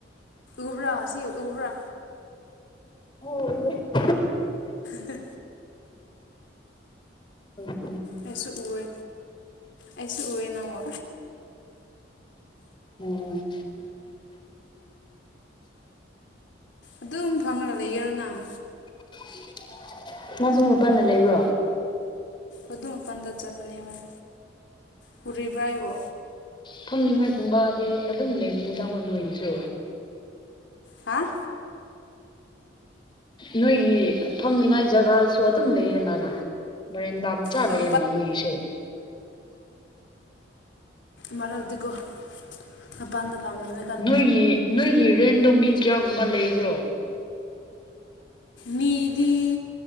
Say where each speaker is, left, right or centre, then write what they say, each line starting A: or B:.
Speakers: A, on the left; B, on the left.
A: ꯎꯕ꯭ꯔꯥ ꯁꯤ ꯎꯕ꯭ꯔꯥ
B: ꯑꯣ ꯎ
A: ꯍ
B: ꯎ
A: ꯑꯩꯁꯨ ꯎꯦ ꯑꯩꯁꯨ ꯎꯦ ꯅꯪꯣ
B: ꯎꯝ
A: ꯑꯗꯨꯝ ꯐꯝꯃꯒ ꯂꯩꯒꯔꯣ ꯅꯪ
B: <unintelligible> ꯃꯥ ꯁ ꯃꯄꯟꯅ ꯂꯩꯕ꯭ꯔꯣ
A: ꯑꯗꯨ ꯃꯄꯥꯟꯗ ꯆꯠꯕꯅꯦ ꯍꯣꯏ ꯄꯨꯔꯤꯕ꯭ꯔꯥ ꯍꯥꯏꯕꯣ
B: ꯐꯝꯅꯤꯡꯉꯥꯏꯒꯨꯝꯕꯗꯤ ꯑꯗꯨꯝ ꯂꯩꯕꯅꯤꯗꯥ ꯃꯣꯏꯒꯤꯁꯨ
A: ꯍꯥꯥ
B: ꯅꯣꯏꯒꯤ ꯐꯝꯅꯤꯉꯥꯏ ꯖꯒꯥꯁꯨ ꯑꯗꯨꯝ ꯂꯩꯌꯦꯅꯗ ꯃꯔꯣꯔꯦꯟ ꯝ ꯆꯂꯦꯅ
A: ꯍꯣꯏ
B: ꯅꯏꯁꯣ
A: ꯃꯔꯗꯤ ꯀꯧꯕ ꯄꯥꯟꯗ ꯐꯥꯝꯗꯨꯅ
B: ꯅꯣꯏꯒꯤ ꯅꯣꯏꯒꯤ ꯔꯦꯟꯗꯣ ꯃꯤ ꯀꯌꯥꯒꯨꯝꯕ ꯂꯩꯕ꯭ꯔꯣ
A: ꯅꯤꯗꯤ